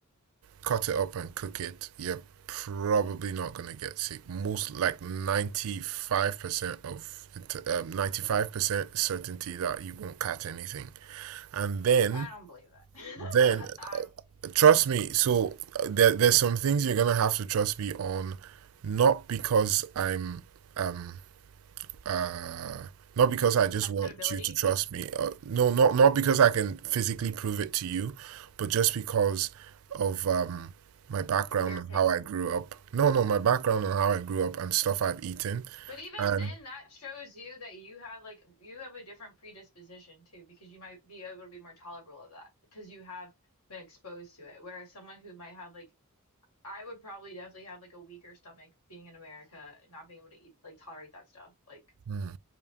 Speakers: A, on the right; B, on the left.
A: cut it up, and cook it, you're probably not going to get sick. Most like 95% of um, 95% certainty that you won't catch anything. And then
B: I don't believe that. <laughs>
A: then,
B: I
A: uh,
B: don't
A: trust me. So uh, there, there's some things you're gonna have to trust me on, not because I'm um uh not because I just
B: have
A: want
B: credibility,
A: you to trust me. Uh, no, not not because I can physically prove it to you, but just because of um my background
B: your opinion.
A: and how I grew up. No, no, my background and how I grew up and stuff I've eaten,
B: But even
A: and
B: then, that shows you that you have like you have a different predisposition too, because you might be able to be more tolerable of that because you have been exposed to it. Whereas someone who might have like I would probably definitely have like a weaker stomach being in America, not being able to eat like tolerate that stuff. Like,
A: mm,